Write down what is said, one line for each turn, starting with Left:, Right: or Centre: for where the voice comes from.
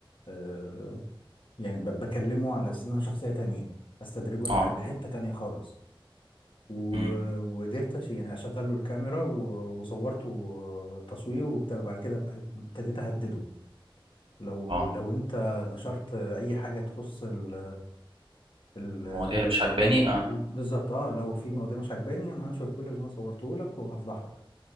Left: آه، يعني ب... بكلمه على اساس ان انا شخصيه تانية استدرجه لح...
Right: اه
Left: لحته تانية خالص و-
Right: مم.
Left: وقدرت أش- يعني اشغل له الكاميرا و- وصورته تصوير وبتاع وبعد كده بقى ابتديت اهدده لو
Right: اه
Left: لو انت نشرت اي حاجه تخص ال ال
Right: المواضيع اللي مش عجباني اه
Left: ال- بالظبط اه لو في مواضيع مش عجباني انا هنشر كل اللي انا صورته لك وهفضحك